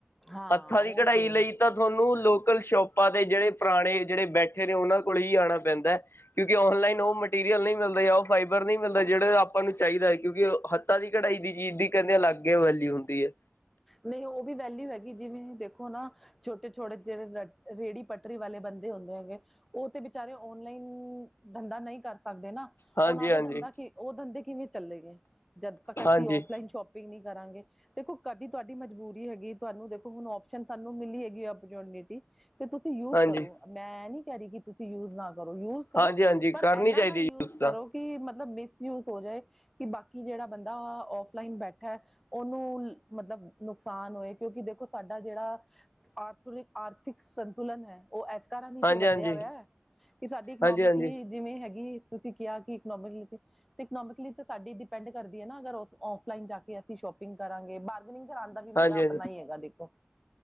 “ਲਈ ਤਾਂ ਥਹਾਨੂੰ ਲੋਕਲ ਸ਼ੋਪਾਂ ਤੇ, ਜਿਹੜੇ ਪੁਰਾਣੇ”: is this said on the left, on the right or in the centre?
Left